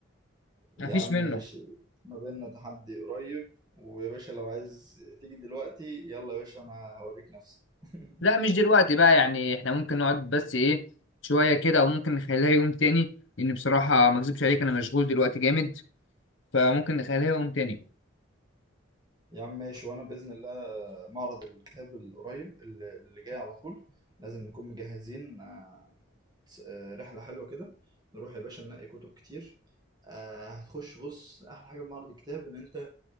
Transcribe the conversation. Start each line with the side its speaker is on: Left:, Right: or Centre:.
Left: ما
Right: يا
Left: فيش
Right: عم
Left: منه
Right: ماشي ما بيننا تحدي قريب ويا باشا لو عايز تيجي دلوقتي يلا يا باشا انا هوريك نفسك <laughs>
Left: لا مش دلوقتي بقى يعني احنا ممكن نقعد بس ايه شويه كده او ممكن نخليها يوم تاني لان بصراحه ما اكذبش عليك انا مشغول دلوقتي جامد فممكن نخليها يوم تاني
Right: يا عم ماشي وانا باذن الله معرض الكتاب القريب اللي اللي جاي على طول لازم نكون مجهزين آه، تس- آه، رحله حلوه كده نروح يا باشا ننقي كتب كتير آه، هتخش بص احلى حاجه في معرض الكتاب ان انت